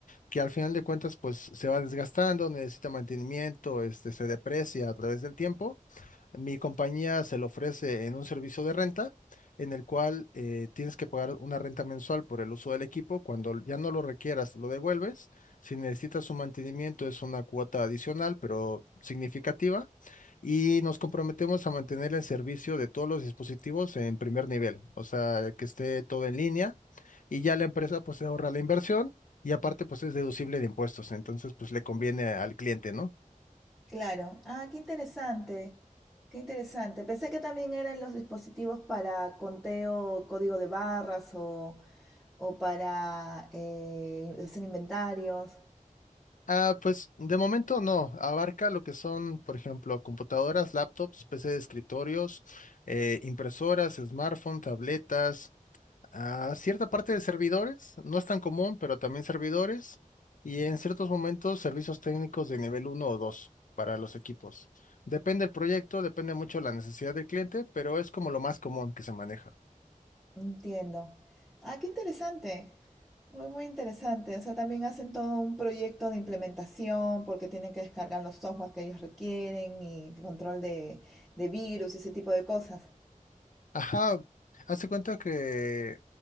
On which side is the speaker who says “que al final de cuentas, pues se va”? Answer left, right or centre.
Left